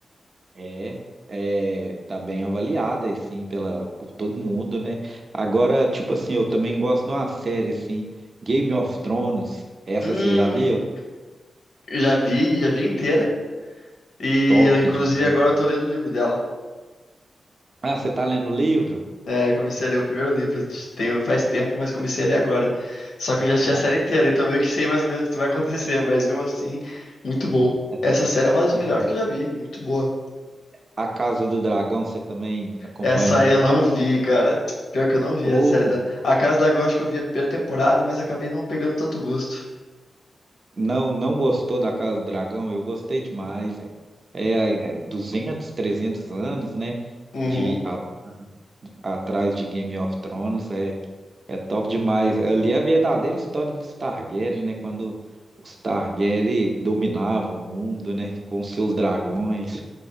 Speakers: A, on the right; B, on the left.
A: É, é, tá bem avaliada, assim, pela, por todo mundo, né? Agora, tipo assim, eu também gosto de uma série, assim, Game of Thrones. Essa
B: Hum,
A: você já viu?
B: já vi, já vi inteira. E
A: Top
B: eu, inclusive,
A: demais.
B: agora eu tô lendo o livro dela.
A: Ah, você tá lendo o livro?
B: É, comecei a ler o primeiro livro, Tem faz tempo, mas comecei a ler agora. Só que eu já assisti
A: Ah,
B: a série inteira, então meio que sei mais ou menos o que vai acontecer, mas mesmo assim, muito bom.
A: é
B: Essa
A: top.
B: série é uma das
A: Ah,
B: melhores que eu já vi, muito boa.
A: A Casa do Dragão, você também acompanhou,
B: Essa aí
A: então?
B: eu não vi, cara. Pior que eu não vi
A: Ou
B: a série da. A Casa da Gol, Acho que eu vi a primeira temporada, mas acabei não pegando tanto gosto.
A: não, não gostou da Casa do Dragão? Eu gostei demais, hein? É, é 200, 300 anos, né?
B: Uhum.
A: De a- atrás de Game of Thrones, é É top demais. Ali é a verdadeira história dos Targaryen, né? Quando os Targaryen dominavam o mundo, né? Com seus dragões.